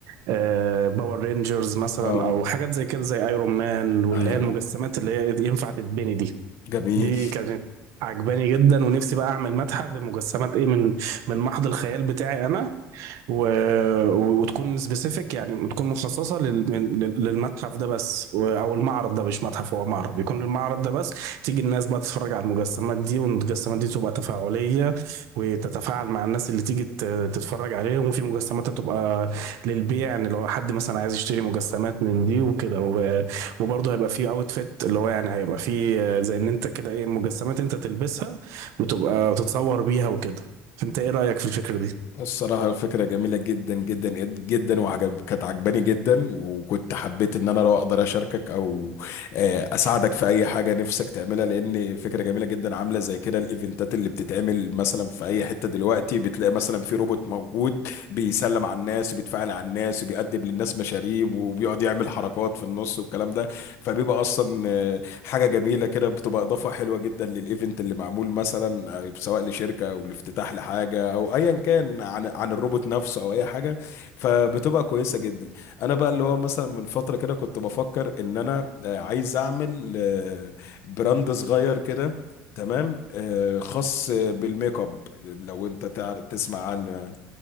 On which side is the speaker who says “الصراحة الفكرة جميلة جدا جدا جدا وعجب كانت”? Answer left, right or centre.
Left